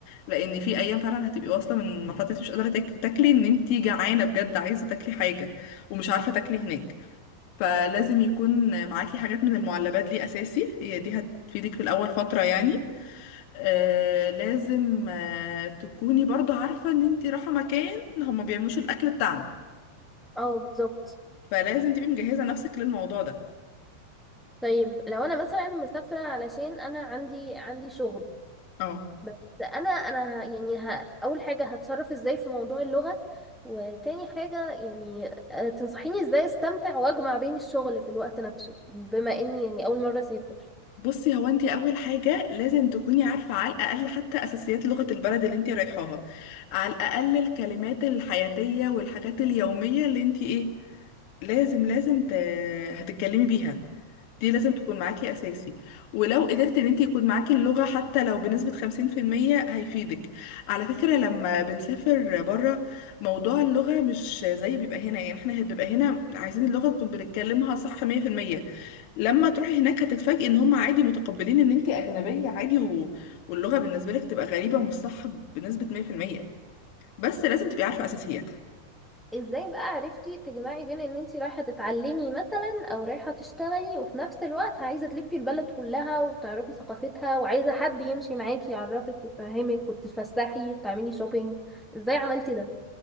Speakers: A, on the left (about 45°); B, in the centre.
A: لان في ايام فعلا هتبقي واصله من مرحله انت مش قادره تاك- تاكلي ان انت جعانه بجد عايزه تاكلي حاجه ومش عارفه تاكلي هناك فلازم يكون معاكي حاجات من المعلبات دي اساسي هي دي هتفيدك في الاول فتره يعني آه لازم آه تكوني برضو عارفه ان انت رايحه مكان هما بيعملوش الاكل بتاعنا
B: اه بالظبط
A: فلازم تبقي مجهزه نفسك للموضوع ده
B: طيب لو انا مثلا مسافرة علشان انا عندي عندي شغل
A: اه
B: بس انا انا ه- يعني ه... اول حاجه هتصرف ازاي في موضوع اللغه وتاني حاجه يعني آه، تنصحيني ازاي استمتع واجمع بين الشغل في الوقت نفسه بما اني يعني اول مره اسافر
A: بصي هو انت اول حاجه لازم تكوني عارفه على الاقل حتى اساسيات لغه البلد اللي انت رايحاها على الاقل الكلمات الحياتيه والحاجات اليوميه اللي انت ايه لازم لازم ت... هتتكلمي بيها دي
B: مم.
A: لازم تكون معاكي اساسي ولو قدرت ان انت يكون معاكي اللغة حتى لو بنسبة 50% هيفيدك على فكرة لما بنسافر بره موضوع اللغة مش زي بيبقى هنا يعني احنا بيبقى هنا عايزين اللغة نكون بنتكلمها صح 100% لما تروحي هناك هتتفاجئي ان هم عادي متقبلين ان انت اجنبية عادي و... واللغة بالنسبة لك تبقى غريبة ومش صح بنسبة 100% بس لازم تبقي عارفة اساسياتها
B: ازاي بقى عرفتي تجمعي بين ان انتي رايحه تتعلمي مثلا او رايحه تشتغلي وفي نفس الوقت عايزه تلفي البلد كلها وتعرفي ثقافتها وعايزه حد يمشي معاكي يعرفك ويفهمك وتتفسحي وتعملي شوبينج ازاي عملتي ده